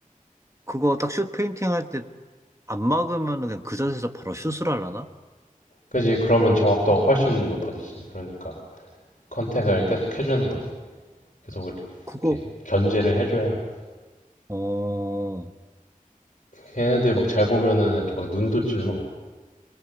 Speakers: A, on the right; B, on the left.
A: 그거 딱 슛 페인팅 할 때 안 막으면 그냥 그 자세에서 바로 슛을 하려나?
B: 그지? 그러면 정확도가 훨씬 높아지지. 그러니까 컨택을 계속 해주는 거지. 계속
A: 그거
B: 이렇게 견제를 해줘야.
A: 어...
B: 걔네들 막 잘 보면은 이렇게 막 눈도 찔러.